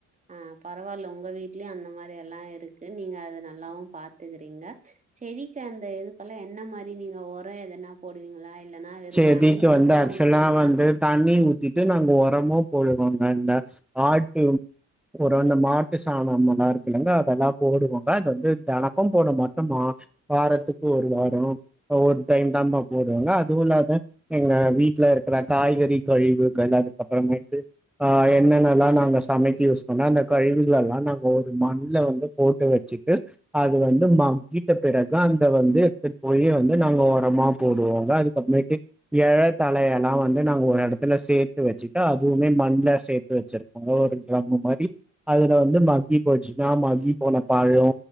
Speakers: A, on the right; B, in the centre.
A: ஆஹ் பரவாயில்ல உங்க வீடட்டுலயும் அந்த மாரி எல்லாம் இருக்கு நீங்க அது நல்லாவும் பாத்துக்கறீங்க செடிக்கு அந்த இதுக்கெல்லாம் என்ன மாரி நீங்க உரம் எதன போடுவீங்களா இல்லன்னா வெறும்
B: செடிக்கு
A: தண்ணி
B: வந்து
A: மட்டும்
B: ஆக்சுவலா
A: ஊத்துவீங்களா?
B: வந்து தண்ணி உத் த்து நாங்க உரமும் போடுவோங்க இந்த ஆட்டு ஒரு அந்த மாட்டு சாணம்மல்லாம் இருக்குல்லலைங்க அதெல்லாம் போடுவாங்க அது வந்து தணக்கம் போட மாட்டோ மா வாரத்துக்கு ஒரு வாரம் ஒரு டைம் தம்ப போடுவாங்க அதுவும்லாத எங்க வீட்டல இருக்கிற காய்கறி கழிவுகள் அதுக்கப்புறமேட்டுஹ் என்னென்னல்லாம் நாங்க சமைக்க யூஸ் பண்ணம் அந்த கழிவுகள் எல்லாம் நாங்க ஒரு மண்ணல வந்து போட்டு வச்சுட்டு அது வந்து மக்கிட்ட பிறகு இத வந்து எடுத்துட்டு போய் வந்து நாங்க உரமா போடுவோங்க அது வெக்கி ஏழக் தலையனா வந்து நாங் ஒரு எடத்துல சேத்து வச்சுட்டா அதுவ்மே மண்ல சேத்து வச்சிர் அங்க ஒரு ட்ரம்மு மாரி அதுல வந்து மக்கி போச்சுன்னா மக்கி போன பழோ